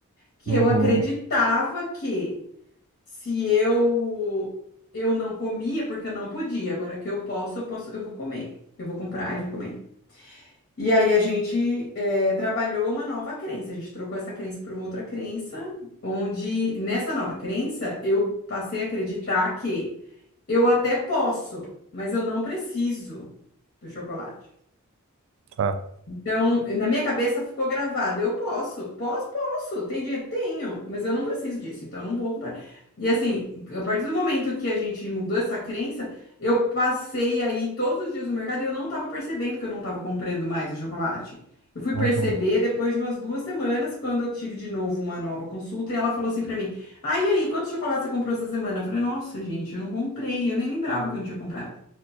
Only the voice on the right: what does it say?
Uhum,
tá.
Uhum,